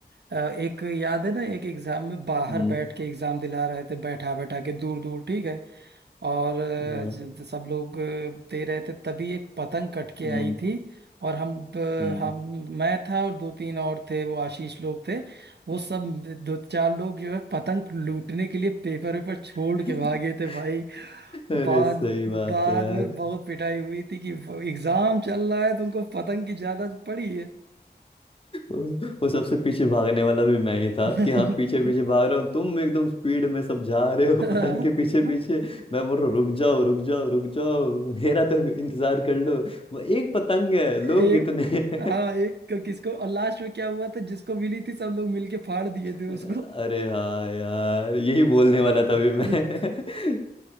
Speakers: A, on the right; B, on the left.
A: अ, एक याद है ना एक एग्जाम में बाहर
B: हम्म
A: बैठ के एग्जाम दिला रहे थे बैठा बैठा के दूर दूर ठीक है और अ,
B: हाँ,
A: ज- सब लोग अ, दे रहे थे तभी एक पतंग कट के
B: हम्म
A: आई थी और हम ब-
B: हम्म।
A: हम मैं था और दो तीन और थे वो आशीष लोग थे वो सब दो चार लोग जो है पतंग लूटने के लिए पेपर वेपर छोड़
B: <laughs>
A: के भागे थे भाई
B: अरे
A: बाद
B: सही बात
A: बाद
B: है यार
A: में बहुत पिटाई हुई थी कि एग्जाम चल रहा है तुमको पतंग की ज्यादा पड़ी
B: वो सबसे पीछे भागने वाला भी मैं ही था
A: है
B: कि हाँ पीछे पीछे भाग रहा हूँ तुम एकदम स्पीड में सब जा रहे हो
A: <laughs>
B: पतंग के पीछे पीछे मैं बोल रहा हूँ रुक जाओ रुक जाओ रुक जाओ मेरा तो इंतजार कर लो वो एक पतंग है
A: एक
B: लोग इतने हैं।
A: हाँ एक क- किसको और लास्ट में क्या हुआ था जिसको मिली थी सब लोग मिलके फाड़ दिए
B: <laughs>
A: थे
B: अरे
A: उसको
B: हाँ यार यही बोलने वाला था अभी
A: <laughs>
B: मैं <laughs>